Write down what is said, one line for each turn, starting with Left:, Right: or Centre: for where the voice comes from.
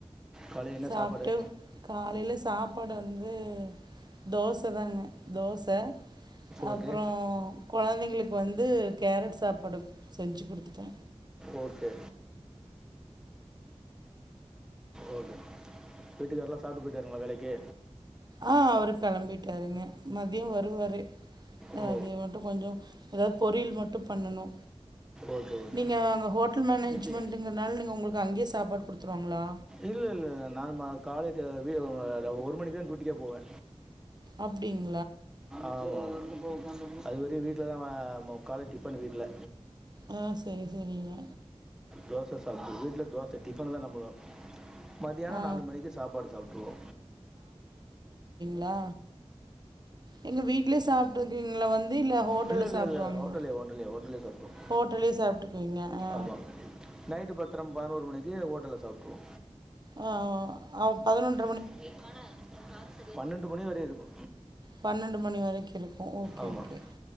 Centre: காலையில் என்ன
Right: சாப்ட்டு
Centre: சாப்பாடு
Right: காலைல சாப் பாடு வந்து தோச தாங்க தோச
Centre: ஓகே
Right: அப்புறோ கொழந்தைங்களுக் கு வந்து கேரட் சாப்பாடு செஞ்சி குடுத்துட்ட
Centre: ஓகே ஓகே வீட்டுக்கார்லா சாப்ட்டு போய்ட்டாருங்ளா வேலைக்கு
Right: ஆ அவரு கெளம்பிட்டாருங்க மதியோ வருவாரு
Centre: ஓ
Right: அது மட்டு கொஞ்சோ அதாவத் பொரியில் மட்டு பண்ணணு
Centre: ஓகே ஓகே
Right: நீங்க அங்க ஹோட்டல் மேனேஜ்மெண்ட்ங்கிறனால
Centre: எப்படி
Right: நீங்க உங்களுக் அங்கேயே சாப்பாடு குடுத்துருவாங்ளா
Centre: இல்ல இல்ல நா மா காலையிட்ட வீடு ஒன்னு வராது ஒரு மணிக்கு தா டூட்டிக்கே போவ
Right: அப்டிங்
Centre: ஆமா அது வர வீட்லதா ஆ ம காலை டிப்பன் வீட்ல
Right: ஆ சரி சரிங்க
Centre: தோச சாப்ட்டு வீட்ல தோச டிபனு தா நம்போ மதியானோ
Right: ஆ
Centre: நாலு மணிக்கு சாப்பாடு சாப்ட்ருவோ
Right: ளா எங்க வீட்லேயே சாப்ட்ருக்கிங்ளா வந் து இல்ல ஹோட்டல்ல
Centre: இல்லை இல்லை
Right: சாப்ட்ருவாங்ளா
Centre: இல்லை ஹோட்டலே ஹோட்டலே ஹோட்டலே சாப்பிட்ருவோம்
Right: ஹோட்டலே சாப்ட்டுக்குவீங்க ஆ
Centre: ஆமாம் நைட்டு பத்திர பதினோரு மணிக்கு ஹோட்டல்ல சாப்ட்டுருவோ
Right: ஆ அவ அவ பதனொன்
Centre: <inaudible> பன்னண்டு மணி வரையு இருக்கு
Right: பன்னெண்டு மணி வரைக் இருக்கு ஓகே
Centre: ஆமாம்
Right: ஓகே